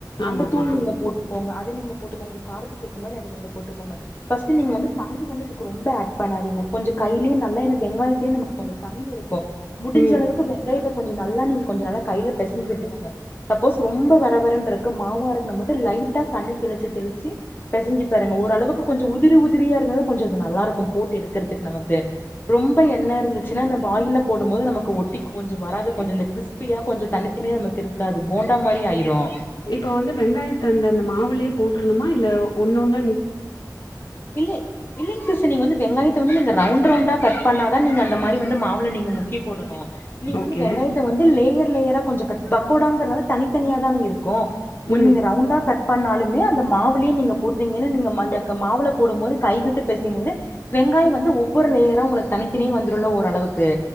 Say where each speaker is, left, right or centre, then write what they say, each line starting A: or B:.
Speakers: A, on the left; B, on the left.
A: ஆமாமா.
B: அந்த தூள் நீங்க போட்டுக்கோங்க அது நீங்க போட்டுக்கோங்க காரத்துக்கு எத மாரி அது நீங்க போட்டுக்கோங்க ஃபர்ஸ்ட் நீங்க வந்து தண்ணி வந்து ரொம்ப அட் பண்ணாதீங்க கொஞ்சம் கையிலயே நல்லா வெங்காயத்த நமக்கு கொஞ்சம் தண்ணி இருக்கும் முடிஞ்ச
A: ம்.
B: அளவுக்கு வெங்காயத்த கொஞ்சம் நல்லா நீங்க கொஞ்ச நல்ல கையில பேசஞ்சு விட்டுக்கோங்க சப்போஸ் ரொம்ப வர வரனு இருந் மாவா இருக்கு ந மட்டும் லைட்டா தண்ணி தெளிச்சு தெளிச்சு பேசஞ்சு பாருங்க ஓரளவுக்கு கொஞ்சம் உதிரி உதிரியா இருந்தத கொஞ்சம் அது நல்லாருக்கும் போட்டு எடுக்கறதுக்கு நமக்கு ரொம்ப எண்ண இருந்துச்சுன்னா நம் வாயில போடும் போது நமக் ஒட்டிக்கு கொஞ்சம் வராது கொஞ்சம் கிறிஸ்பியா கொஞ்சம் தனித்தனியா நமக்கு இருக்காது போண்டா மாரி ஆயிரும்
A: இப்ப வந்து வெங்காயத்து அந்த அந் மாவுலையே போட்டரணுமா இல்ல ஒன்னு ஒண்ணா
B: இல்ல இல்லைங் சிஸ் நீங்க வந்து வெங்காயத வந்து ரவுண்ட் ரவுண்டா கட் பண்ணாதா நீங்க அந்த மாரி வந்து மாவுல நீங்க முக்கி போடணு நீங்க
A: ஓகே.
B: வந்து வெங்காயத்தை வந்து லேயர் லேயர கொஞ்ச கட் ட பகோடாங்றனால தனித்தனியா தானே இருக் கொ <unintelligible>
A: ம்.
B: ரவுண்டா கட் பண்ணாலும் நெ அந்த மாவுலியே நீங்க போட்டீங்கன்னு நீங்க மந்த க மாவுல போடும்பது கைவிட்டு பேசயும் போது வெங்காய் வந்து ஒவ்வொரு லெயர உங்களுக் தனித்தனியா வந்துருல ஓர்அளவுக் ப்பே